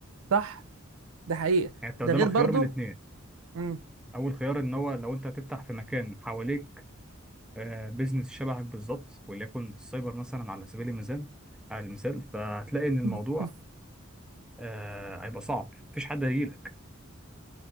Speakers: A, on the right; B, in the centre.
A: صح ده حقيقة
B: يعني انت قدامك
A: ده غير برضو
B: خيار من اتنين
A: امم
B: اول خيار ان هو لو انت هتفتح في مكان حواليك آه، بيزنس شبهك بالظبط وليكن السايبر مثلا على سبيل المثال على المثال فهتلاقي ان الموضوع
A: <laughs>
B: آه، هيبقى صعب مفيش حد هيجيلك